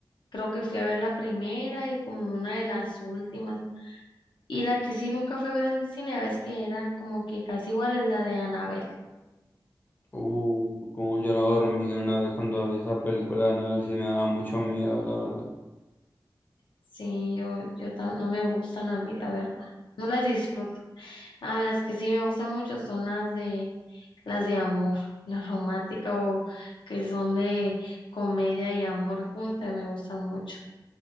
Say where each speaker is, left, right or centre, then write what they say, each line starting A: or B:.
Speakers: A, on the left (about 80°); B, on the left (about 25°).
A: Creo que fui a ver la primera y como una de las últimas. Y la que sí nunca fui a ver al cine, a veces que eran como que casi iguales, la de Anabel.
B: Uh, como yo no dormí una vez cuando vi esa película de Anabel, sí me daba mucho miedo, la verdad.
A: Sí, yo, yo ta- no me gustan a mí, la verdad. No las disfruto. A mí las que sí me gustan mucho son las de, las de amor, <laughs> las románticas o que son de comedia y amor juntas, me gustan mucho.